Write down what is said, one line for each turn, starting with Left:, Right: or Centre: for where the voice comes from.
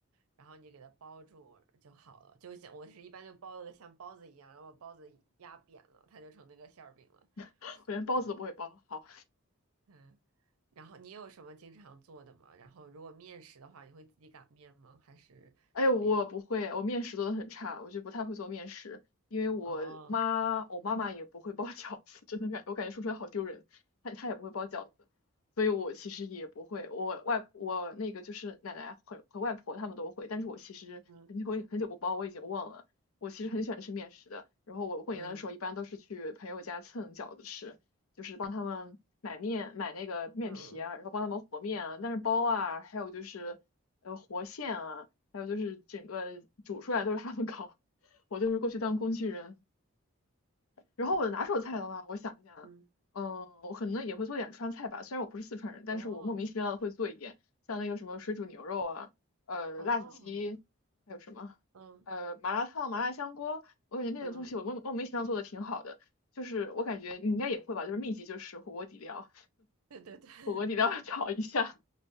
Right: 然后你给它包住就好了。就像我是一般就包的像包子一样，然后把包子压扁了，它就成那个馅儿饼了。
Left: <laughs> 我连包子都不会包，
Right: 对，
Left: 好。
Right: 嗯。然后你有什么经常做的吗？然后如果面食的话，你会自己擀面吗？还是怎么样？
Left: 哎，我不会，我面食做的很差，我就不太会做面食，因为我妈，
Right: 哦，
Left: 我妈妈也不会包饺子，真的感，我感觉说出来好丢人，她她也不会包饺子，所以我其实也不会，我外我那个就是奶奶和和外婆她们都会，但是我其实很久很久不包，
Right: 嗯
Left: 我已经忘了，我其实很喜欢吃面食的，然后我过年的时候一般都是去朋友家蹭饺子吃，
Right: 嗯
Left: 就是帮他们买面买那个面皮啊，
Right: 嗯嗯嗯。
Left: 然后帮他们和面啊，但是包啊，还有就是。呃，和馅啊，还有就是整个煮出来都是他们搞，我就是过去当工具人。然后我的拿手菜的话，我想一下，
Right: 嗯
Left: 嗯，我可能也会做点川菜吧，虽然我不是四川人，但是我莫名其妙的会做一点，
Right: 哦
Left: 像那个什么水煮牛肉啊，呃，
Right: 哦，
Left: 辣子鸡，还有什么，
Right: 嗯
Left: 呃，麻辣烫、麻辣香锅，我感觉那个东西我莫莫名其妙做的挺好的，
Right: 嗯，
Left: 就是我感觉你应该也会吧，就是秘籍就是火锅底料，
Right: 对对对 <laughs>
Left: 火锅底料炒一下，